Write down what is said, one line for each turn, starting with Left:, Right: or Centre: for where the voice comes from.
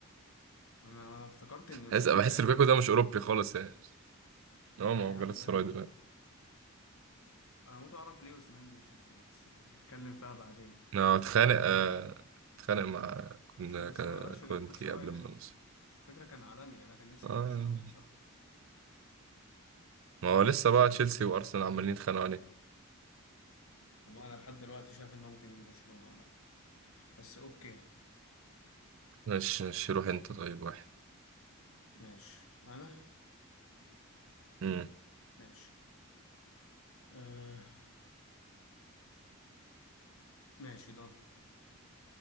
Left: انا انا افتكرت ان اوسيمين
Right: بحس بحس
Left: تقريبا
Right: لوكاكو
Left: مشي
Right: ده مش اوروبي خالص يعني هو
Left: لا
Right: ما هو
Left: يا
Right: في
Left: عم
Right: جالاتا
Left: باين
Right: سراي دلوقتي
Left: آه. انا هموت اعرف ليه اوسيمين مشي يعني بس يعني نتكلم فيها بعدين
Right: انا اتخانق آه، اتخانق مع كنا
Left: ماشي بس
Right: كا-
Left: ما يروحش
Right: كونتي
Left: جالت سراي
Right: قبل
Left: يعني
Right: ما نوصل
Left: فكرة كان عالمي يعني، انا كان نفسي
Right: آه.
Left: يجي برشلونة بصراحة
Right: ما هو لسه
Left: ماشي
Right: بقى تشيلسي وارسنال عمالين يتخانقوا عليك
Left: والله انا لحد دلوقتي شايف انه ممكن يجي برشلونة عامة بس اوكي
Right: ماشي ماشي روح انت طيب واحد
Left: ماشي انا
Right: امم
Left: ماشي أه... ماشي دون